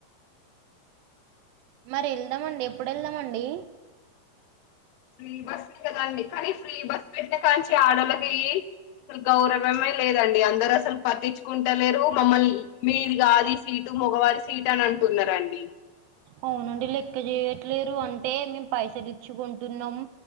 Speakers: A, on the right; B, on the left.
A: మరి వెళ్దామండి ఎప్పుడు వెళ్దామండి
B: ఫ్రీ బస్ కదండి కానీ ఫ్రీ బస్ పెట్టి కాంచి ఆడలకి అసలు గౌరవమే లేదండి అందరు అసలు పట్టించుకుంటలేరు మమ్మల్ని మీది కాది సీటు ముగవారి సీటు అని అంటున్నారండి
A: అవునండి లెక్క చేయట్లేరు అంటే మేము పైసలు ఇచ్చుకుంటున్నాము